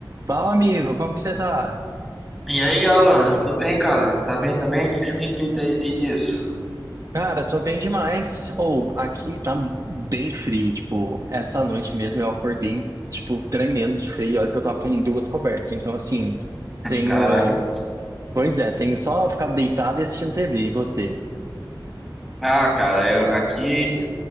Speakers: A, on the right (about 45°); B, in the centre.
A: Fala, amigo, como que você tá?
B: E aí, Alan, tudo bem, cara? Tá bem também? O que que você tem feito aí esses dias?
A: Cara, tô bem demais. Ou, aqui tá bem frio, tipo, essa noite mesmo eu acordei, tipo, tremendo de frio, olha que eu tava com duas cobertas. Então, assim, tenho...
B: Caraca.
A: Pois é, tenho só ficar deitado e assistindo TV, e você?
B: Ah, cara, eu aqui